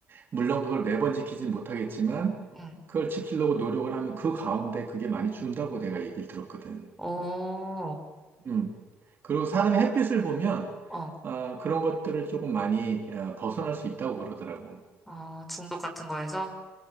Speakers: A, on the right; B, in the centre.
A: 물론 그걸 매번 지키진 못하겠지만,
B: 응,
A: 그걸 지키려고 노력을 하면 그 가운데 그게 많이 준다고 내가 얘기를 들었거든.
B: 어,
A: 음. 그리고 사람의 햇빛을 보면,
B: 어,
A: 아, 그런 것들을 조금 많이 어, 벗어날 수 있다고 그러더라고.
B: 어, 중독 같은 거에서